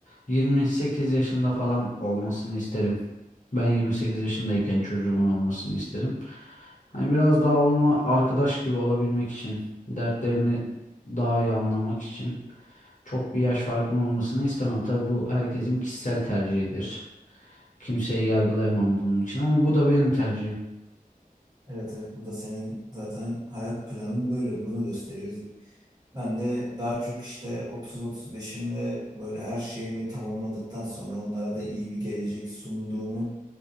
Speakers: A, on the left; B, on the right.
A: 28 yaşında falan olmasını isterim. Ben 28 yaşındayken çocuğumun olmasını isterim. Hani biraz daha onunla arkadaş gibi olabilmek için, dertlerini daha iyi anlamak için çok bir yaş farkım olmasını istemem. Tabii bu herkesin kişisel tercihidir. Kimseyi yargılayamam bunun için ama bu da benim tercihim.
B: Evet evet bu da senin zaten hayat planın böyle bunu gösteriyoruz. Ben de daha çok işte 30-35'imde böyle her şeyimi tamamladıktan sonra onlara da iyi bir gelecek sunduğumu